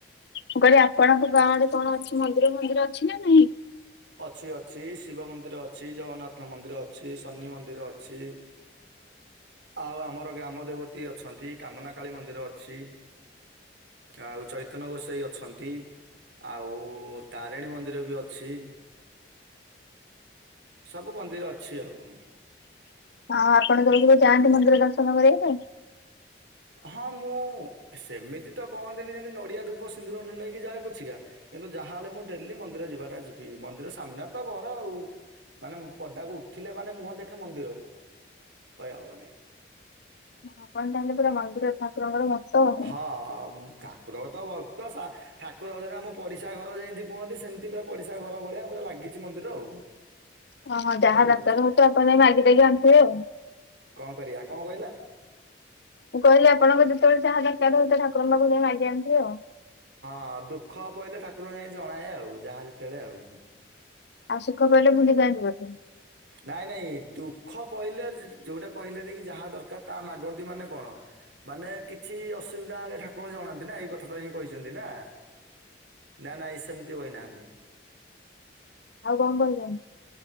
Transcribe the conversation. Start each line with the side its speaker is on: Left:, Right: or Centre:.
Left: ମୁଁ କହିଲେ ଆପଣଙ୍କ ଗାଁ ଆଡ଼େ କଣ ଅଛି ମନ୍ଦିର ମନ୍ଦିର ଅଛି ନା ନାହିଁ?
Right: ଅଛି ଅଛି ଶିବ ମନ୍ଦିର ଅଛି, ଜଗନ୍ନାଥ ମନ୍ଦିର ଅଛି, ଶନି ମନ୍ଦିର ଅଛି। ଆଉ ଆମର ଗ୍ରାମ ଦେବତୀ ଅଛନ୍ତି, କାମନା କଳୀ ମନ୍ଦିର ଅଛି। ଆଉ ଚୈତନ ଗୋସେଇ ଅଛନ୍ତି। ଆଉ, ତାରିଣୀ ମନ୍ଦିର ବି ଅଛି। ସବୁ ମନ୍ଦିର ଅଛି ଆଉ।
Left: ଆଉ, ଆପଣ ଯୋଉ କେବେ ଯାଆନ୍ତି ମନ୍ଦିର ଦର୍ଶନ କରିବା ପାଇଁ?
Right: ହଁ, ମୁଁ ସେମିତି ତ କହନ୍ତିନି ଯେ ନଡ଼ିଆ, ଧୂପ, ସିନ୍ଦୁର ନ ନେଇକି ଯାଏ ପଛିକା କିନ୍ତୁ, ଯାହାହେଲେ ମୁଁ ଡେଲି ମନ୍ଦିର ଯିବାଟା ଯିବି। ମନ୍ଦିର ସାମ୍ନା ତ ଘର ଆଉ। ମାନେ ପଦାକୁ ଉଠିଲେ ମାନେ ମୁହଁ ଦେଖେ ମନ୍ଦିରକୁ। କହିବାକୁ ଗଲେ।
Left: ଆପଣ ତାହେଲେ ପୁରା ମନ୍ଦିର ଠାକୁରଙ୍କର ଭକ୍ତ ଆଉ।
Right: ହଁ, ଠାକୁରଙ୍କ ତ ଭକ୍ତ ସା ଠାକୁର ହଜାରେ ଆମ ପଡିଶା ଘର ଯେଁତି କୁହନ୍ତି ସେମିତି ପୁରା ପଡିଶା ଘର ଭଳିଆ ପୁରା ଲାଗିଛି, ମନ୍ଦିର ଆଉ।
Left: ଓହୋ! ଯାହା
Right: ହରୁ
Left: ଦରକାର
Right: ଉଠ
Left: ହଉଥିବ ଆପଣ ଯାଇକି, ମାଗି ଦେଇକି ଆଣୁଥିବେ ଆଉ?
Right: କଣ କରିବା, କଣ କହିଲେ?
Left: ମୁଁ କହିଲି ଆପଣଙ୍କ ଯେତେବେଳେ ଯାହା ଦରକାର ହଉଥିବ, ଠାକୁରଙ୍କ ପାଖକୁ ଯାଇକି ମାଗି ଆଣିିଥିବେ ଆଉ?
Right: ହଁ, ଦୁଃଖ ପଇଲେ ଠାକୁରଙ୍କୁ ଯାଇ ଜଣାଏ ଆଉ। ଯାହା ଯେତେବେଳେ ଆଉ।
Left: ଆଉ, ସୁଖ ପଇଲେ ଭୁଲି ଯାଆନ୍ତି ବୋଧେ?
Right: ନାଇଁ, ନାଇଁ, ଦୁଃଖ ପଇଲେ ଯ-ଯୋଉଟା କହିଲେନି କି ଯାହା ଦରକାର ତା ମାଗନ୍ତି ମାନେ କଣ? ମାନେ କିଛି ଅସୁବିଧା ହେଲେ, ଠାକୁରଙ୍କୁ ଜଣାନ୍ତି ନା। ଏଇ କଥାଟା ହିଁ କହିଛନ୍ତି ନା। ନା ନାଇଁ ସେମିତି କହିନାହାଁନ୍ତି?
Left: ଆଉ କଣ କହିଚନ୍?